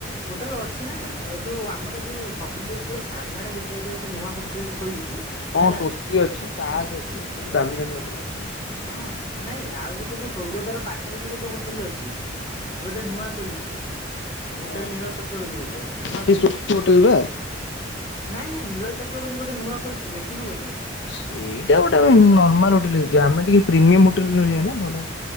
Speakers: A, on the left; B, on the left.
A: ହୋଟେଲ ଅଛି ନା। ଆଉ ଯୋଉ ଆମର ଯୋଉ ସମୁଦ୍ର କୂଳ ସାମ୍ନାରେ ଗୋଟେ ଏବେ ଗୋଟେ ନୂଆ ହୋଟେଲଟେ ଖୋଲିଛି।
B: ହଁ
A: ହେଲା
B: ସ୍ଵସ୍ତି ଅଛି ତାଜ ଅଛି ସବୁ ଦାମୀ ଦାମୀ ହୋଟେଲ ଅଛି।
A: ହଁ ନାଇଁ ଆଉ ଗୋଟେ ଯୋଉ ସ୍ଵର୍ଗଦ୍ଵାରା ପାଖରେ ବି ଗୋଟେ ହୋଟେଲ ଅଛି। ଏବେ ଗୋଟେ
B: ହଁ।
A: ନୂଆ ଖୋଲିଛି ହୋଟେଲ
B: ହଁ
A: ନୀଳଚକ୍ର ବୋଲି ଗୋଟେ ନୂଆ
B: ସେ
A: ଖୋଲିଛି।
B: ସ୍ୱସ୍ତି ହୋଟେଲ ବା।
A: ନାଇଁ ନାଇଁ ନୀଳଚକ୍ର ବୋଲି ଗୋଟେ ନୂଆ ଖୋଲିଛି ଦେଖିନୁ ବୋଧେ?
B: ସେଇଟା ଗୋଟେ ନର୍ମାଲ ହୋଟେଲ ନରମାଲ୍ ହୋଟେଲ ହେଇଥିବା ଆମେ ଟିକେ ପ୍ରିମିୟମ ହୋଟେଲ ରହିବା ନା ଭଲ